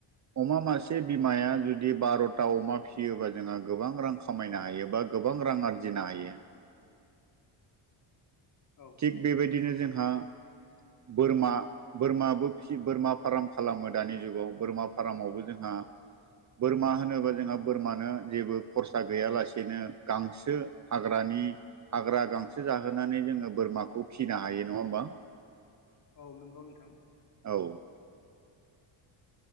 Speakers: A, on the right; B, on the left.
A: अमा मासे बिमाया जुदि बार'था अमा फियोबा जोंहा गोबां रां खामायनो हायोबा गोबां रां आरजिनो हायो।
B: <inaudible> औ
A: थिग बेबायदिनो जोंहा बोरमा बोरमाबो फि बोरमा फार्म खालामो दानि जुगाव बोरमा फार्मावबो जोंहा आ बोरमा होनोबा जोंहा बोरमानो जेबो खरसा गैयालासेनो गांसो हाग्रा नि हाग्रा गांसो जाहोनानै जोङो बोरमाखौ फिसिनो हायो नङा होमबा?
B: औ नंगौ नोंथां।
A: औ।